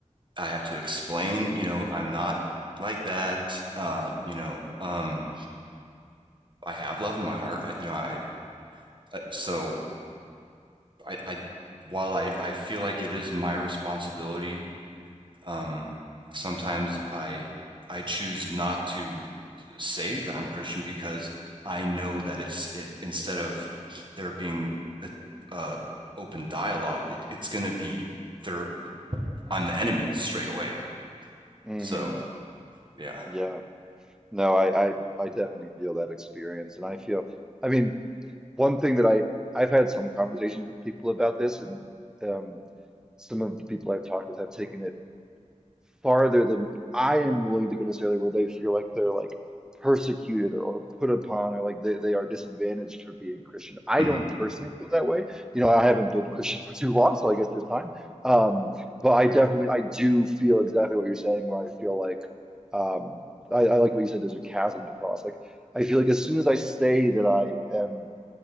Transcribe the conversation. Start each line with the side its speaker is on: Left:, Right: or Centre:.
Right: i have to explain you know i'm not like that uh you know um i have love in my heart I, you know i I so I, I while I, I feel like it is my responsibility, um, sometimes I I choose not to say that I'm Christian because I know that it's it instead of there being a, a open dialogue, it, it's going to be there. I'm the enemy straight away.
Centre: hmm
Right: So yeah,
Centre: Yeah. No, I, I I definitely feel that experience, and I feel, I mean, one thing that I I've had some conversations with people about this, and um, some of the people I've talked with have taken it farther than I am willing to go necessarily where they feel like they're like persecuted or, or put upon or like they, they are disadvantaged for being Christian. I
Right: Mhm.
Centre: don't personally feel that way. You know, I haven't been Christian <laughs> for too long, so I guess there's time. Um, but I definitely I do feel exactly what you're saying where I feel like um I, I like what you said, there's a chasm to cross. Like I feel like as soon as I say that I am